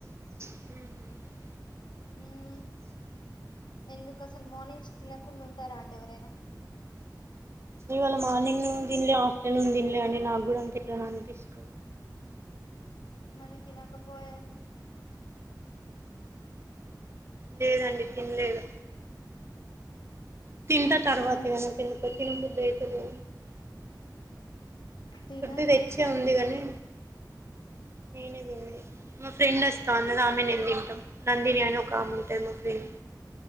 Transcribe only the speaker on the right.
మ్
ఇవాళ మార్నింగ్ తిలే ఆఫ్టర్నూన్ తిలే అండి నాకు కూడా అంత ఎట్లానో అనిపిస్తుంది
లేదండి తినలేదు తింటా తర్వాత
ఎందుకో నాకు తినబుద్ది అవుతలే
ఫుడ్ తెచ్చే
ఉంది కానీ నేనే తిన్నలే మా ఫ్రెండ్ వస్తా అన్నది ఆమె నేను తింటాం నందిని అని ఒక ఆమె ఉంటుంది మా ఫ్రెండ్